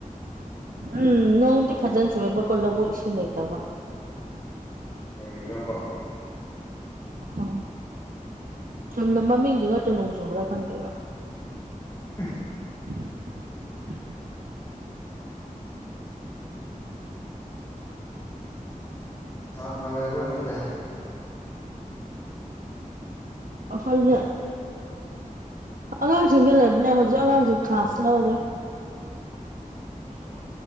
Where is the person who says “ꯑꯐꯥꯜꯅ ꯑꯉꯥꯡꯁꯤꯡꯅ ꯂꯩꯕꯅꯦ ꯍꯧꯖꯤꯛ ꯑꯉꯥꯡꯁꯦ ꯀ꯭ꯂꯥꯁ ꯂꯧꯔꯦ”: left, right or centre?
Right